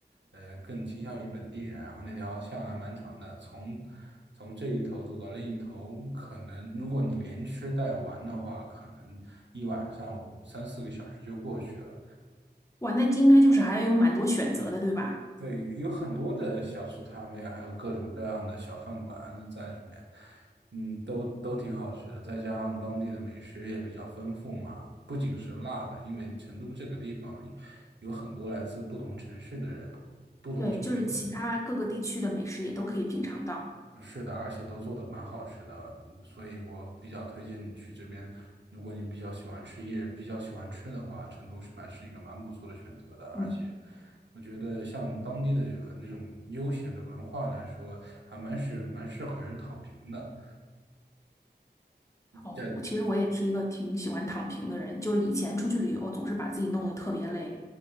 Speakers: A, on the right (about 85°); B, on the left (about 15°).
A: 呃更倾向于本地人，然后那条巷还蛮长的，从从这一头走到另一头，可能如果你连吃带玩的话，可能一晚上五三四个小时就过去了。
B: 哇，那应该就是还有蛮多选择的，对吧？
A: 对，有很多的小吃摊位啊，还有各种各样的小饭馆在里面，嗯，都都挺好吃的。再加上当地的美食也比较丰富嘛，不仅是辣的，因为成都这个地方有很多来自不同城市的人，不同城市的人。
B: 对，就是其他各个地区的美食也都可以品尝到。
A: 是的，而且都做的蛮好吃的，嗯所以我比较推荐你去这边。如果你比较喜欢吃夜，比较喜欢吃的话，成都是蛮是一个蛮不错的选择的。而且，
B: 嗯。
A: 我觉得像当地的呃那种悠闲的文化来说，还蛮适蛮适合人躺平的。
B: 哦，
A: 在
B: 我其实我也是一个挺喜欢躺平的人，就是以前出去旅游总是把自己弄得特别累，